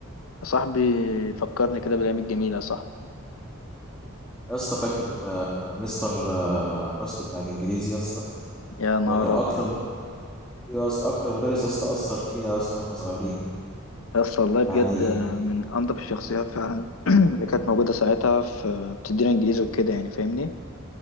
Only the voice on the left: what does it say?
يا صاحبي فكرني كده بالايام الجميله يا صاحبي
يا نهار
ابيض
يا اسطى والله
بجد
من انضف الشخصيات فعلا <clears throat> اللي كانت موجوده ساعتها في بتدينا انجليزي وكده يعني فاهمني